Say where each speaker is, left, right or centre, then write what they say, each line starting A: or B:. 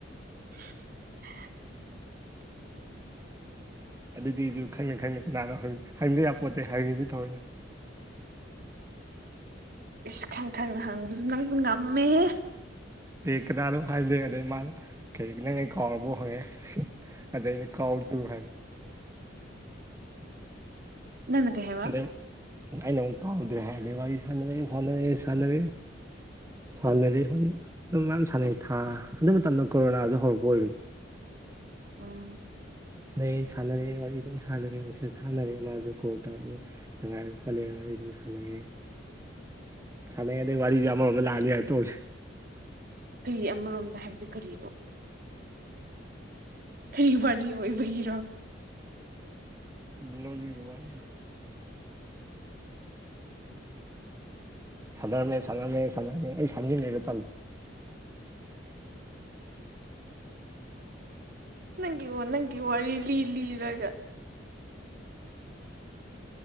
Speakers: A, on the right (about 50°); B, on the right (about 15°).
A: <unintelligible>
B: ꯑꯗꯨꯗꯤ ꯑꯩꯖꯨ ꯈꯪꯅ ꯈꯪꯅ ꯀꯅꯥꯅꯣ ꯍꯪ ꯍꯪꯗ ꯌꯥꯄꯣꯠꯇꯦ ꯍꯪꯉꯤꯅꯤ ꯊꯑꯣꯏꯅ
A: ꯏꯁ ꯈꯪ ꯈꯪꯅ ꯍꯪꯕꯖꯨ ꯅꯪꯖꯨ ꯉꯝꯃꯦꯍꯦ
B: ꯑꯦ ꯀꯅꯥꯅꯣ ꯍꯥꯏꯕꯗꯩ ꯑꯗꯩ ꯃꯥꯅ ꯀꯔꯤꯒꯤ ꯅꯪ ꯑꯩ ꯀꯥꯎꯔꯕꫭ ꯍꯪꯉꯛꯑꯦ ꯑꯗ ꯑꯩꯅ ꯀꯥꯎꯅꯨ ꯍꯥꯏꯕ
A: ꯅꯪꯅ ꯀꯩ ꯍꯥꯏꯕ
B: ꯑꯗꯩ ꯑꯩꯅ ꯑꯃꯨꯛ ꯀꯥꯎꯗ꯭ꯔꯦ ꯍꯥꯏꯂꯦ ꯋꯥꯔꯤ ꯁꯥꯟꯅꯔꯦ ꯁꯥꯟꯅꯔꯦ ꯁꯥꯟꯅꯔꯦ ꯁꯥꯟꯅꯔꯦ‌ ꯋꯥꯔꯤ ꯑꯗꯨꯝ ꯃꯌꯥꯝ ꯁꯥꯟꯅꯩ ꯊꯥ ꯑꯗꯨ ꯃꯇꯝꯗ ꯀꯣꯔꯣꯅꯥꯁꯨ ꯍꯧꯔꯛꯄ ꯑꯣꯏꯕꯅꯦ
A: ꯎꯝ
B: ꯅꯩ ꯁꯥꯟꯅꯔꯦ ꯋꯥꯔꯤ ꯑꯗꯨꯝ ꯁꯥꯟꯅꯔꯦ ꯃꯤꯁꯦꯁ ꯊꯥꯟꯅꯔꯦ ꯃꯥꯁꯨ ꯀꯣꯜ ꯇꯧꯔꯛꯑꯦ ꯅꯨꯡꯉꯥꯏꯕ ꯈꫭꯠꯂꯦ ꯋꯥꯔꯤꯗꯨꯝ ꯁꯥꯟꯅꯩꯌꯦ ꯁꯥꯟꯅꯩ ꯑꯗꯩ ꯑꯗꯨꯏ ꯋꯥꯔꯤꯖꯩ ꯑꯃꯔꯣꯝꯗ ꯂꯥꯛꯑꯅꯤ ꯇꫭꯛꯁꯦ
A: ꯀꯔꯤ ꯑꯃꯔꯣꯝꯗ ꯍꯥꯏꯕꯒꯤ ꯀꯔꯤꯅꯣ ꯀꯔꯤ ꯋꯥꯔꯤ ꯑꯣꯏꯕꯒꯤꯔꯣ
B: ꯅꯣꯛꯅꯤꯡꯕ ꯋꯥꯅꯤ ꯁꯥꯟꯅꯔꯝꯃꯦ ꯁꯥꯟꯅꯔꯝꯃꯦ ꯁꯥꯟꯅꯔꯝꯃꯦ ꯑꯩ ꯁꯥꯟꯅꯤꯡ ꯂꯩꯒ ꯇꯥꯜꯂꯣ
A: ꯅꯪꯒꯤꯑꯣ ꯅꯪꯒꯤꯑꯣ ꯋꯥꯔꯤ ꯂꯤ ꯂꯤꯔꯒ